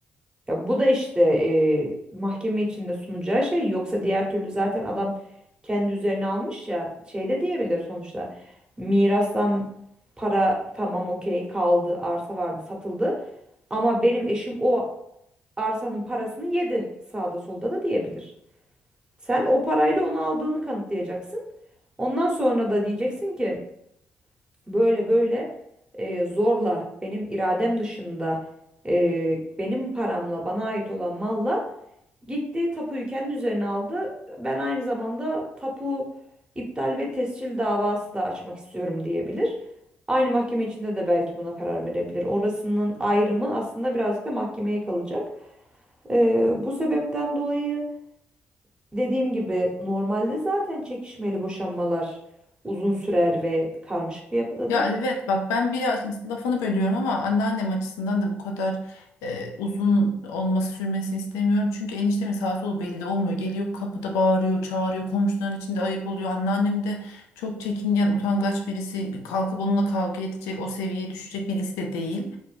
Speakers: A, on the right; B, on the left.
A: Ya bu da işte eee, mahkeme içinde sunacağı şey. Yoksa diğer türlü zaten adam kendi üzerine almış ya şey de diyebilir sonuçta. Mirastan para tamam okey kaldı arsa vardı satıldı ama benim eşim o arsanın parasını yedi sağda solda da diyebilir. Sen o parayla onu aldığını kanıtlayacaksın. Ondan sonra da diyeceksin ki Böyle böyle e, zorla benim iradem dışında e, benim paramla bana ait olan malla gitti tapuyu kendi üzerine aldı. Ben aynı zamanda tapu iptal ve tescil davası da açmak istiyorum diyebilir. Aynı mahkeme içinde de belki buna karar verebilir. Orasının ayrımı aslında birazcık da mahkemeye kalacak. E, bu sebepten dolayı dediğim gibi normalde zaten çekişmeli boşanmalar uzun sürer ve karmaşık bir yapıdadır.
B: Ya evet bak ben bir lafını bölüyorum ama anneannem açısından da bu kadar e, uzun olması sürmesini istemiyorum. Çünkü eniştemin sağ sol belli olmuyor. Geliyor kapıda bağırıyor, çağırıyor. Komşuların içinde ayıp oluyor. Anneannem de çok çekingen, utangaç birisi. Kalkıp onunla kavga edecek, o seviyeye düşecek birisi de değil.